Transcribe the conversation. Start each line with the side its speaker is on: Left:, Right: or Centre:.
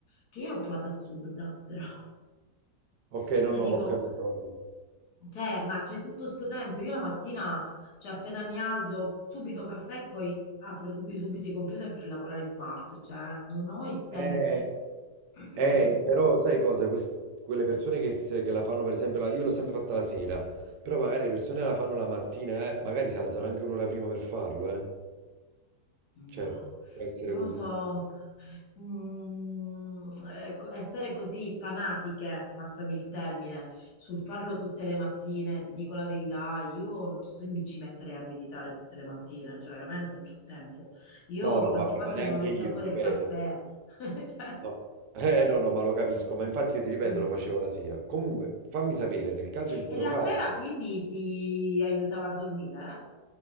Left: che io l'ho trovata assurda, però.
Right: Ok,
Left: <laughs>
Right: no,
Left: E le
Right: no,
Left: dico,
Right: ma ho capito.
Left: cioè, ma c'è tutto sto tempo, io la mattina, cioè appena mi alzo, subito caffè e poi apro subito, subito i computer per lavorare smart, cioè non ho il tempo.
Right: Eh,
Left: <clears throat>
Right: eh, però sai cosa? Quest- quelle persone che, se- che la fanno, per esempio, la- io l'ho sempre fatta la sera, però magari le persone la fanno la mattina, eh, magari si alzano anche un'ora prima per farlo, eh.
Left: Ma
Right: Cioè, può essere
Left: non
Right: così.
Left: lo so, Mm, ecco, essere così fanatiche, passami il termine, sul farlo tutte le mattine, ti dico la verità, io non so se mi ci metterei a meditare tutte le mattine, cioè veramente non c'ho tempo. Io
Right: No, no,
Left: quasi
Right: vabbè,
Left: quasi
Right: ma neanche
Left: non ho il
Right: io,
Left: tempo
Right: ti
Left: del
Right: ripeto.
Left: caffè. <laughs> Cioè,
Right: No. Eh no, no, ma lo capisco, ma infatti io ti ripeto,
Left: mm.
Right: lo facevo la sera. Comunque, fammi sapere nel caso in cui
Left: E
Right: lo
Left: la
Right: fai.
Left: sera quindi ti aiutava a dormire,